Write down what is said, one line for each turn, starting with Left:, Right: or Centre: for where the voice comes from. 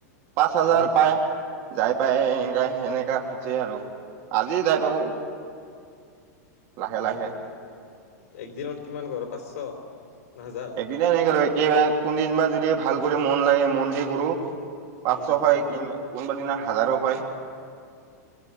Right: পাঁচ
Left: হয়
Right: হাজাৰ
Left: নেকি
Right: পায় যাই পাই এনে সনেকা হৈছে আৰু আজি যাই পাব লাহে
Left: উ
Right: লাহে
Left: একদিনত কিমান কৰ পাঁচশ না হাজাৰ
Right: এইনে একেবাৰে কোনদিন বা যদি ভাল কৰি মন লাগে মন দি কৰো। পাঁচশ
Left: উম,
Right: হয় কি কোনোবা দিনা হাজাৰো হয়।